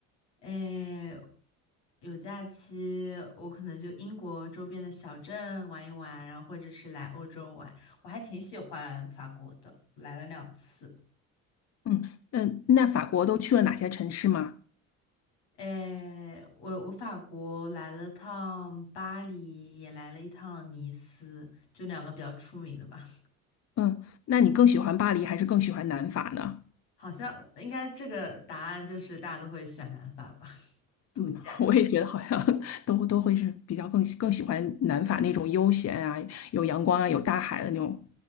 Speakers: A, on the left; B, on the left.
A: 诶，有假期，我可能就英国周边的小镇玩一玩，然后或者是来欧洲玩。我还挺喜欢法国的，来了两次。
B: 嗯嗯，那法国都去了哪些城市吗？
A: 诶，我我法国来了趟巴黎，也来了一趟尼斯，就两个比较出名的吧。
B: 嗯，那你更喜欢巴黎还是更喜欢南法呢？
A: <laughs> 好像应该这个答案就是大家都会选南法吧，<laughs> 度假。
B: 嗯，<laughs> 我也觉得好像 <laughs> 都都会是比较更喜更喜欢南法那种悠闲啊，有阳光啊，有大海的那种